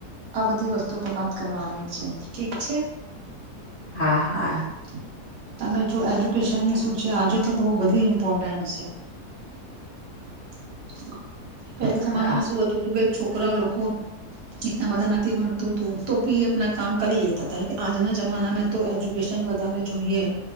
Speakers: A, on the right; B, on the left.
A: આ બધી વસ્તુ પર વાત કરવાની છે ઠીક છે
B: હા હા
A: <inaudible> <inaudible> તમે જો એજ્યુકેશનની શું છે આજે તો બહુ બધી ઇમ્પોર્ટન્સ છે <inaudible> <inaudible> પેલા જમાનામાં
B: હા
A: શું હતું જુકે છોકરાઓ લોકો ઇટલા બઘાં નથી ભળતું તું તો બી આપના કામ કરી લેતા હતા લ આજના જમાના તો એજ્યુકેશન વધારે જોઈએ